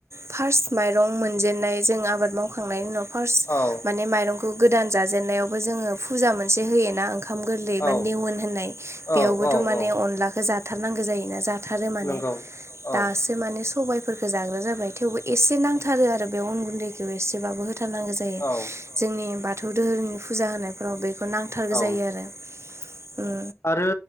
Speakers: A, on the right; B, on the left.
A: फार्स्ट माइरं मोनजेनन्नाय जों आबाद मावखांनायनि उनाव फार्स्ट
B: औ
A: माने माइरंखौ गोदान जाजेननायावबो जोङो फुजा मोनसे होयोना ओंखा खाम गोरलै
B: औ
A: बा नेेवन होननाय बेयावबोथ'
B: औ औ
A: माने
B: औ
A: अनलाखौ जाथारनांगौ जायोना जा थारो माने
B: नंगौ
A: दास
B: औ
A: माने सबायफोरखौ जाग्रा जाबाय थेवबो एसे नांथारो आरो बे अन गुन्दैखौ एसेबाबो होथारनांगौ। जायो
B: औ
A: जोंनि बाथौ दोहोरोमनि फुजा होनायफ्राव बेखौ नांथारगौ
B: औ
A: जायो आरो। उम
B: आरो